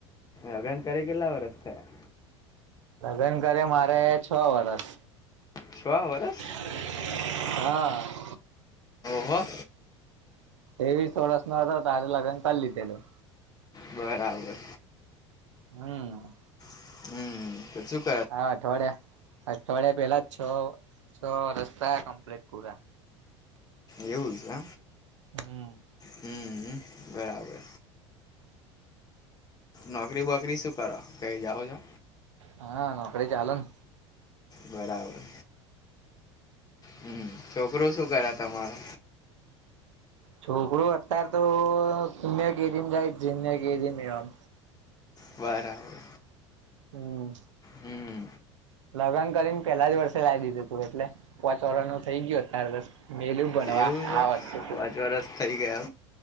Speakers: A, on the left; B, on the right.
A: લગ્ન કરે કેટલા વરસ તિયાં
B: લગ્ન કરે મારે છ વરષ
A: શહ વરસ
B: હા
A: ઓહો
B: એવીસ વર્ષ નો હતો તારે લગ્ન કરી લીધેલું
A: બરાબર
B: હમ્મ
A: હમ્મ
B: હા અઠવાડિયા અઠવાડિયા પેલા છ છ રસ્તા કમ્પ્લીટ પૂરા
A: એવું છે.
B: હમ્મ
A: હમ બરાબર નોકરી બોકરી શું કરો કઈ જાઓ છો
B: હા નોકરી ચ હાલ ને
A: બરાબર હમ છોકરોું શું કરે તમારો
B: છોકરો અત્યાર તો સિનિયર કેજી ને જુનિયર કેજી એમ
A: બરાબર.
B: હમ્મ.
A: હમ
B: લગ્ન કરીને પેલા જ વર્ષે લાવ દીધું તું એટલે પોચ વાર નું થઈ ગયું અત્યારે તો. મેલું ભણવા
A: એવું છે
B: આ વર્ષેથી
A: પાંચ વરસ થઈ ગયા